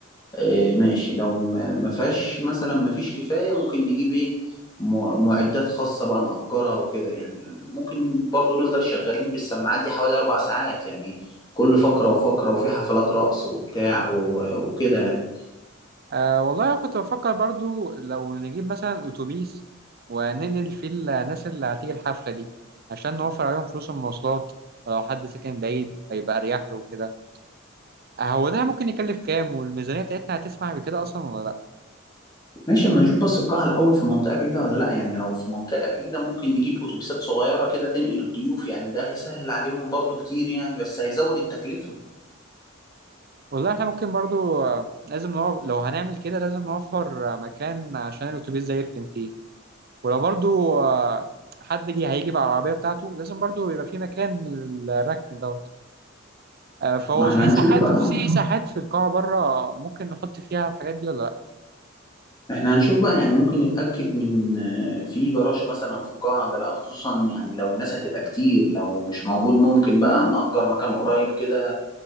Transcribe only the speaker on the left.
اه، ماشي لو م- ما فيهاش مثلا ما فيش كفاية ممكن نجيب ايه م- معدات خاصة بقى نأجرها وكده يعني ممكن برضو نفضل شغالين بالسماعات دي حوالي أربع ساعات يعني كل فقرة وفقرة وفي حفلات رقص وبتاع و- وكده يعني.
ماشي اما نشوف بس القاعة الأول في منطقة بعيدة ولا لأ يعني لو في منطقة بعيدة ممكن نجيب أتوبيسات صغيرة كده تنقل الضيوف يعني ده هيسهل عليهم برضو كتير يعني بس هيزود التكلفة
ما احنا
هنشوف
بقى
احنا هنشوف بقى يعني ممكن نتأكد من آه، في جراج مثلا في القاعة ولا لأ خصوصا يعني لو الناس هتبقى كتير لو مش موجود ممكن بقى نأجر مكان قريب كده